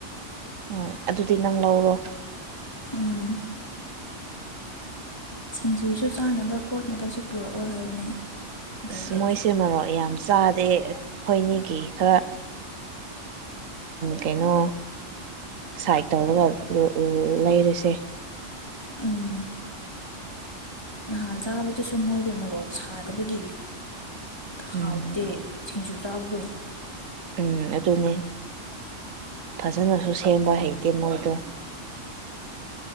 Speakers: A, on the right; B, on the left.
A: ꯍꯣꯏ ꯑꯗꯨꯗꯤ ꯅꯪ ꯂꯧꯔꯣ
B: ꯎꯝ ꯁꯤꯡꯖꯨꯁꯨ ꯆꯥꯅꯕ ꯈꯣꯠꯅꯕꯁꯨ ꯄꯨꯔꯛꯑꯣ ꯍꯥꯏꯕꯅꯦ ꯂꯩꯔꯗꯤ
A: ꯑꯁ ꯃꯣꯏꯁꯦ ꯃꯔꯣꯔꯣꯛ ꯌꯥꯝ ꯆꯥꯗꯦ ꯑꯩꯈꯣꯏꯅꯤꯒꯤ ꯈꯔ ꯀꯩꯅꯣ ꯁꯥꯏꯠ ꯇꯧꯔꯒ ꯂꯩꯔꯁꯦ
B: ꯎꯝ ꯅꯍꯥꯟ ꯆꯥꯕꯗꯁꯨ ꯃꯣꯏꯗꯣ ꯃꯣꯛ ꯁꯥꯗꯕꯒꯤ
A: ꯎꯝ
B: ꯍꯥꯎꯇꯦ ꯊꯁꯤꯡꯖꯨꯔꯥ ꯇꯨ
A: ꯎꯝ ꯑꯗꯨꯅꯤ ꯐꯖꯅꯁꯨ ꯁꯤ ꯊꯕ ꯍꯥꯏꯇ ꯃꯣꯏꯗ